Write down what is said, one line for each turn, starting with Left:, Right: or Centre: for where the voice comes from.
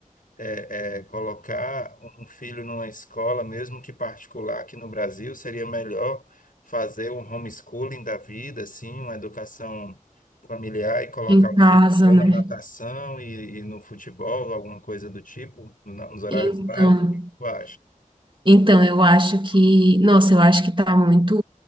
Left: é, é, colocar um um filho numa escola, mesmo que particular aqui no Brasil? Seria melhor fazer um homeschooling da vida, assim, uma educação familiar e colocar
Right: Em casa,
Left: o filho ou
Right: né?
Left: na natação e, e no futebol, alguma coisa do tipo, na- nos horários
Right: Então.
Left: vagos? O que tu acha?
Right: Então, eu acho que, nossa, eu acho que está muito,